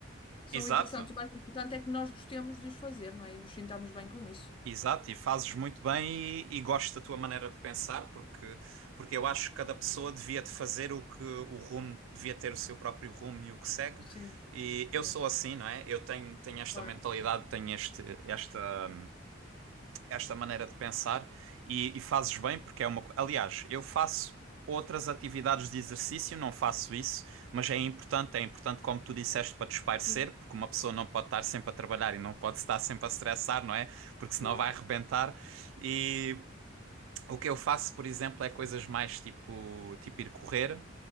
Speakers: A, on the left; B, on the right.
A: são
B: exato,
A: interessantes. O mais importante é que nós gostemos de os fazer, não é? E nos sintamos bem com isso.
B: exato, e fazes muito bem e, e gosto da tua maneira de pensar, porque, porque eu acho que cada pessoa devia de fazer o que o rumo, devia ter o seu próprio rumo e o que segue,
A: Sim,
B: e eu
A: mesmo,
B: sou assim, não é? Eu tenho, tenho esta
A: claro.
B: mentalidade, tenho este, esta esta maneira de pensar e, e fazes bem porque é uma. co- Aliás, eu faço outras atividades de exercício, não faço isso, mas é importante, é importante, como tu disseste, para desaparecer,
A: Sim,
B: porque uma pessoa não pode estar sempre a trabalhar e não pode estar sempre a estressar, não é? Porque senão
A: claro.
B: vai arrebentar. E o que eu faço, por exemplo, é coisas mais tipo, tipo ir correr.